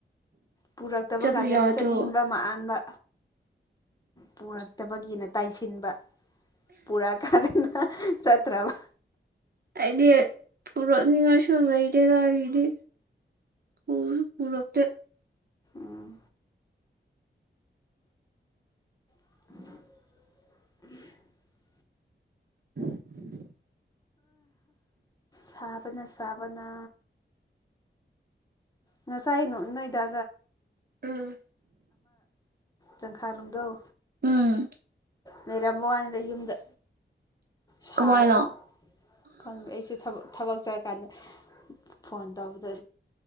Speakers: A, on the left; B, on the right.
A: ꯄꯨꯔꯛꯇꯕ
B: ꯆꯠꯄ
A: ꯀꯥꯟꯗꯅ
B: ꯌꯥꯗ꯭ꯔꯣ
A: ꯆꯠꯅꯤꯡꯕ ꯃꯥꯟꯕ ꯄꯨꯔꯛꯇꯕꯒꯤꯅ ꯇꯥꯏꯁꯤꯟꯕ ꯄꯨꯔꯥ ꯀꯥꯗꯅ ꯆꯠꯇꯔꯥꯕ
B: ꯑꯗꯤ ꯄꯔꯉ ꯂ ꯏꯗꯦ ꯂ ꯏꯗꯤ ꯎꯔ ꯄꯨꯔꯐꯇ
A: ꯎꯝ ꯎꯝ <inaudible>
B: <inaudible>
A: ꯁꯥꯕꯅ ꯁꯥꯥꯕꯅ ꯉꯁꯥꯏꯅꯣ ꯏꯅꯣꯏꯒ
B: ꯑꯥ
A: ꯆꯪꯈꯥꯔꯨꯝꯗꯧ
B: ꯎꯝ
A: ꯅ ꯔꯝꯕ ꯋꯥ ꯌꯨꯝꯗ ꯁꯥꯏꯌꯦꯅ
B: ꯀꯃꯥꯏꯅ
A: ꯈꯪꯉꯦ ꯑꯩꯁꯨ ꯊꯕꯛ ꯆꯠꯀꯦ ꯀꯥꯟꯗ ꯐꯣꯟ ꯇꯧꯕꯗ